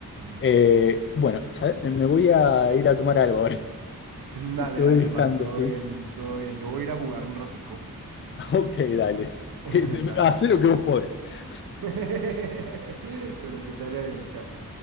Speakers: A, on the left; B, on the right.
A: Eh,
B: Wow.
A: bueno, sa- me voy a ir a tomar algo ahora. <laughs>
B: Dale,
A: Te
B: dale,
A: voy dejando,
B: hermano, todo
A: ¿sí?
B: bien, todo bien. Yo voy a ir a jugar un ratico.
A: <laughs> Ok, dale. Te-
B: <laughs>
A: te-
B: Dale.
A: hacé lo que vos podés.
B: <laughs> Pero que te vaya bien, chao.